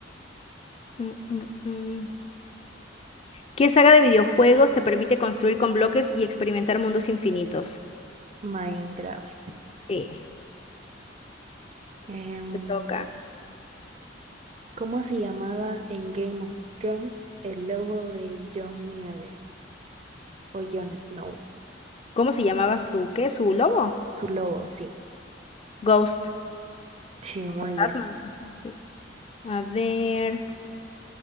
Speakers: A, on the left; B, on the right.
A: mm, mm, mm. ¿Qué saga de videojuegos te permite construir con bloques y experimentar mundos infinitos?
B: Minecraft.
A: Sí,
B: Em,
A: te toca.
B: ¿cómo se llamaba en Game of Thrones el lobo de Jon Nieve o Jon Snow?
A: ¿Cómo se llamaba su qué? ¿Su lobo?
B: Su lobo, sí.
A: Ghost.
B: Sí, muy
A: Fantasma.
B: bien.
A: Ajá, sí. A ver,